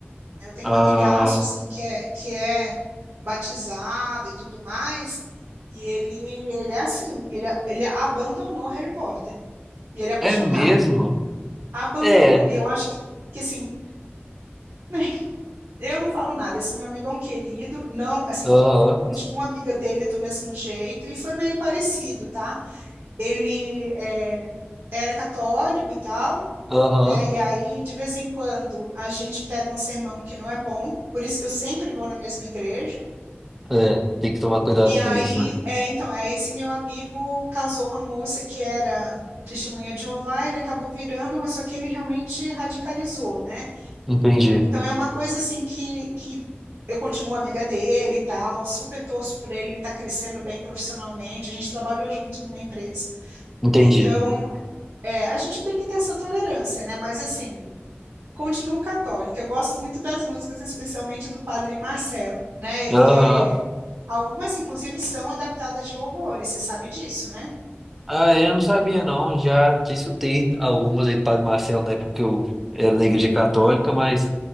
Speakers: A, on the right (about 85°); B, in the centre.
A: eu tenho
B: Ah.
A: um amigaço, assim, que é, que é batizado e tudo mais, e ele, ele é assim, ele, ele abandonou Harry Potter, e ele é apaixonado,
B: É mesmo?
A: né? Abandonou,
B: É.
A: e eu acho que, que assim, <laughs> eu não falo nada, esse meu amigo é um querido, não, assim,
B: Aham.
A: continuo amiga dele do mesmo jeito, e foi meio parecido, tá? Ele é, era católico e tal,
B: Aham.
A: né? E aí, de vez em quando, a gente pega um sermão que não é bom, por isso que eu sempre vou na mesma igreja,
B: É. Tem que tomar cuidado
A: E aí,
B: com isso, né?
A: é, então, é esse meu amigo casou com a moça que era testemunha de Jeová, ele acabou virando, mas só que ele realmente radicalizou, né?
B: Entendi.
A: Então é uma coisa assim que, que eu continuo amiga dele e tal, super torço por ele, ele está crescendo bem profissionalmente, a gente trabalhou junto numa empresa.
B: Entendi.
A: Então, é, a gente tem que ter essa tolerância, né? Mas assim, continuo católica. Eu gosto muito das músicas, especialmente do Padre Marcelo, né?
B: Aham.
A: E é, algumas, inclusive, são adaptadas de louvores, você sabe disso, né?
B: Ah, é, eu não sabia, não. Já discutei algumas aí do Padre Marcelo, né? Porque eu era da igreja católica, mas